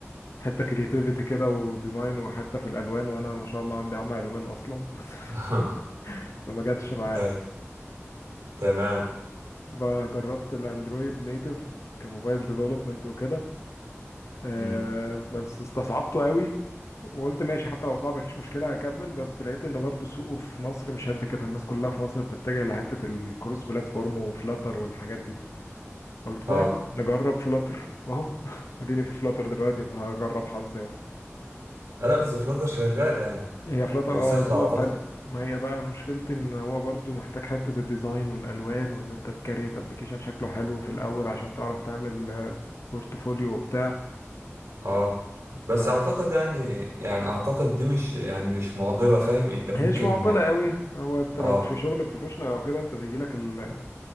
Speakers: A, on the left (about 75°); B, on the right (about 85°).
A: حتة كرياتيفيتي كده وديزاين وحتة في الالوان وانا ما شاء الله عندي عمى الوان اصلا <laughs>
B: <laughs>
A: فما جاتش معايا
B: أي تمام
A: فجربت الاندرويد نيتف كموبايل ديفلوبمنت وكده آه،
B: مم.
A: بس استصعبته قوي وقلت ماشي حتى لو صعب مفيش مشكلة هكمل بس لقيت ان برضو سوقه في مصر مش قد كده الناس كلها في مصر بتتجه لحتة الكروس بلاتفورم وفلاتر والحاجات دي قلت
B: اه
A: طيب نجرب فلاتر واهو <laughs> اديني في فلاتر دلوقتي بقى هجرب حظي اهو
B: لا بس فلاتر شغال يعني
A: هي فلاتر
B: وسهل
A: اه سوقه
B: اعتقد
A: حلو ما هي بقى مشكلتي ان هو برضو محتاج حتة الديزاين والالوان وان انت تكريت ابلكيشن شكله حلو في الاول عشان تعرف تعمل آه، بورتفوليو وبتاع
B: اه بس
A: ف
B: اعتقد يعني يعني اعتقد دي مش يعني مش معضلة فاهم انت ممكن
A: هي مش معضله قوي هو انت لو
B: اه
A: في شغل بروفيشنال او كده انت بيجي لك ال